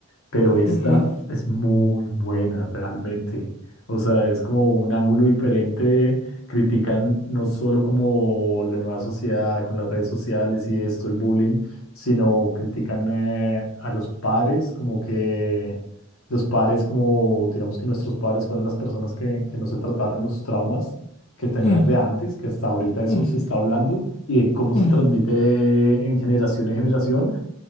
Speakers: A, on the left; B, on the left.
A: pero esta
B: Ujú,
A: es muy buena realmente. O sea, es como un ángulo diferente. Critican no solo como la nueva sociedad con las redes sociales y esto, el bullying, sino critican eh, a los padres, como que los padres, como digamos que nuestros padres fueron las personas que, que no se trataron los traumas que tenían
B: mm,
A: de antes, que hasta ahorita eso
B: mm,
A: se está hablando y de cómo se
B: mm.
A: transmite en generación en generación